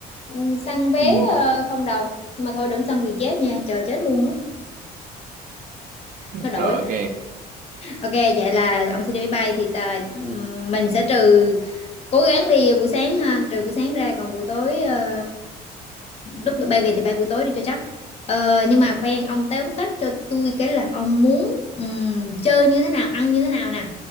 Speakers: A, on the left (about 35°); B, on the right (about 50°).
A: Ừ, Săn vé
B: ừ.
A: ờ, không đồng. Nhưng mà thôi đừng săn Vietjet nha, chờ chết luôn á nó đổi
B: rồi ok
A: Ok, vậy là ông sẽ đi máy bay thì tà, ừm, mình sẽ trừ cố gắng đi buổi sáng ha, trừ buổi sáng ra còn buổi tối ờ, lúc bay về thì bay buổi tối đi cho chắc. Ờ, nhưng mà khoan ông tóm tắt cho tôi cái là ông muốn ừm, chơi như thế nào, ăn như thế nào nè